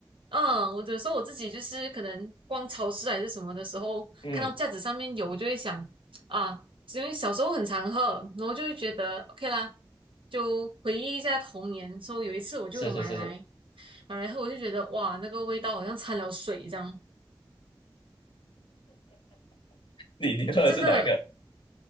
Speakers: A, on the right; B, on the left.
A: 嗯，我有时候我自己就是可能逛超市还是什么的时候，
B: 嗯，
A: 看到架子上面有，我就会想啊，因为小时候很常喝，然后就会觉得 OK 啦，就回忆一下童年。说有一次我就有买来
B: 是是是是，
A: 买来喝，我就觉得哇，那个味道好像掺了水这样，
B: 你你喝的是哪一个
A: 真的